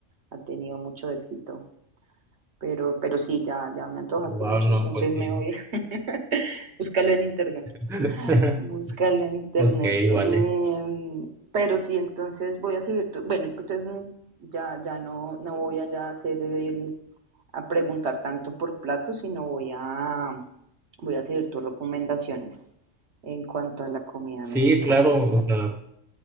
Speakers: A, on the right; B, in the centre.
A: Ha tenido mucho éxito. Pero, pero sí, ya, ya me antojaste
B: wow,
A: mucho,
B: no,
A: entonces
B: pues sí.
A: me voy. <laughs> Búscalo en internet.
B: <laughs>
A: Búscalo en internet.
B: Ok,
A: Em,
B: vale.
A: pero sí, entonces voy a seguir. tu- Bueno, entonces mm, ya, ya no, no voy allá a hacer el, a preguntar tanto por platos, sino voy a, voy a seguir tus recomendaciones en cuanto a la comida
B: Sí,
A: mexicana.
B: claro, o sea,